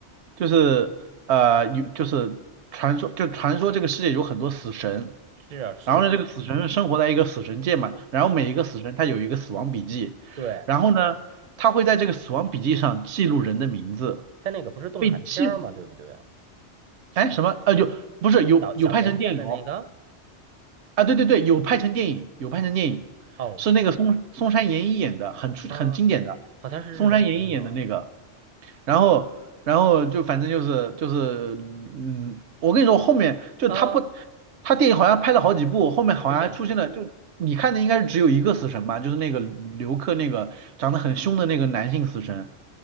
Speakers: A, on the right; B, on the right.
A: 就是呃有就是传说就传说这个世界有很多死神，
B: 是啊是，
A: 然后呢这个死神生活在一个死神界嘛，然后每一个死神他有一个死亡笔记，
B: 嗯，对，
A: 然后呢他会在这个死亡笔记上记录人的名字。
B: 他那个不是动画片儿嘛，
A: 被记
B: 对不对？
A: 哎，什么？啊，有不是有有拍成电影哦？
B: 小小田健的那个，
A: 啊，对对对，有拍成电影，有拍成电影，
B: 哦，
A: 是那个松松山研一演的，很出很经典的，
B: 啊，好像是日本片子哦，
A: 松山研一演的那个。然后然后就反正就是就是，嗯，我跟你说，后面就他不，
B: 啊，
A: 他电影好像拍了好几部，后面好像还出现了，
B: 真的，
A: 就你看的应该是只有一个死神吧，就是那个刘克那个长得很凶的那个男性死神，